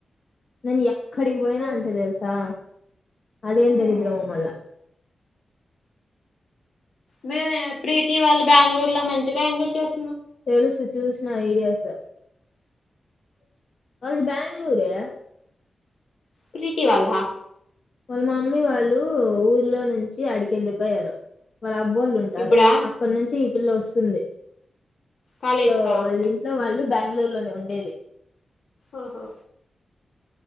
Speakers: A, on the left (about 55°); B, on the left (about 75°).
A: నేన్ ఎక్కడికి
B: హ్మ్.
A: పోయినా
B: నువ్వు
A: అంతే తెల్సా అదేం
B: హ్మ్.
A: దరిద్రమో మల్లా
B: మే ప్రీతి వాళ్ళు బెంగళూరు లో మంచిగా ఎంజాయ్ చేస్
A: తెల్సు చూసిన వీడియోస్ అళ్ది బ్యాంగ్ ళూరే
B: ప్రీతి వాళ్దా
A: వాళ్ళ మమ్మీ వాళ్ళు ఊర్లో నుంచి ఆడికి వెళ్ళిపోయారు వాళ్ళ అబ్బోళ్ళు ఉంటారు
B: ఇప్పుడా
A: అక్కడ నుంచి పిల్ల వస్సుంది
B: కాలేజ్కా
A: సో వాళ్ళ ఇంట్లో వాళ్ళు బ్యాంగ్ ళూరు లోనే ఉండేది
B: ఓహో